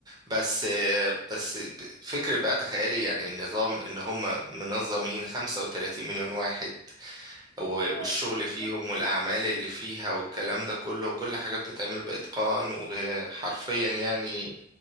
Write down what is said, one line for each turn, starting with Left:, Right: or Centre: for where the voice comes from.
Right: بس آه، بس ب- فكرة بقى تخيلي يعني النظام ان هم منظمين 35 مليون واحد و-
Left: اه
Right: والشغل
Left: صعبة
Right: فيهم
Left: طبعا
Right: والأعمال
Left: مم.
Right: اللي فيها والكلام ده كله كل حاجة بتتعمل بإتقان وحرفيا يعني